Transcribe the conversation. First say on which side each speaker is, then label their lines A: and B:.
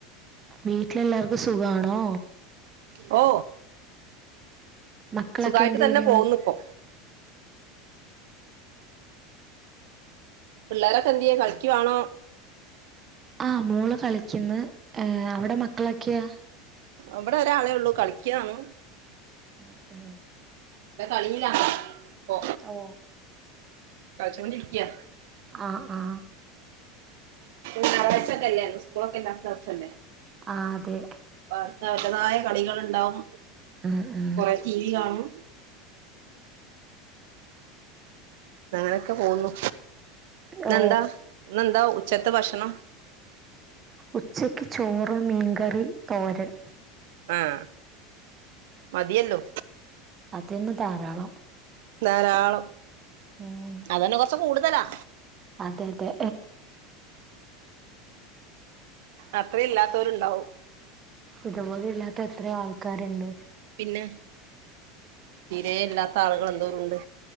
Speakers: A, on the right; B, on the right.
A: വീട്ട്ലെല്ലാർക്കു സുഖാണോ
B: ഓ
A: മക്കളൊക്കെ
B: സുഖായിട്ട്
A: എന്തെയ്യ്ന്ന്
B: തന്നെ പോകുന്നു ഇപ്പൊ പിള്ളേരൊക്കെ എന്ത്യേ കളിക്കുവാണോ
A: ആഹ് മോള് കളിക്കന്ന് ഏ അവിടെ മക്കളൊക്കെയാ
B: ഇവിടെ ഒരാളെ ഒള്ളു കളിക്കാണ്
A: ഉം ഉം
B: കളിയിലാണ് പ്പൊ
A: ഓ
B: കളിച്ചോണ്ടിരിക്ക
A: ആ ആ
B: ഞായറഴ്ചൊക്കെല്ലേ ഇന്ന് സ്കൂളൊക്കെ ഇല്ലാത്ത ദിവസല്ലേ
A: ആഹ് അതെ
B: അപ്പ അവർക്ക് അവരതായ കളികളിണ്ടാവും
A: ഉം ഉം
B: കൊറെ ടീ വി കാണും അങ്ങനെക്കെ പോകുന്നു ഇന്നെന്താ
A: ഓ
B: ഇന്നെന്താ ഉച്ചത്തെ ഭഷണം?
A: ഉച്ചക്ക് ചോറ് മീൻങ്കറി തോരൻ
B: ആഹ് മതിയല്ലോ
A: അതന്നെ ധാരാളം
B: ധാരാളം
A: ഉം
B: അതന്നെ കൊറച്ച് കൂടുതലാ
A: അതെ അതെ
B: അത്രേല്ലാത്തോരുണ്ടാവും
A: ഇതുപോലും ഇല്ലാത്ത എത്ര ആൾക്കാര്ണ്ട്
B: പിന്നെ തീരെ ഇല്ലാത്ത ആളുകള് എന്തോരോണ്ട്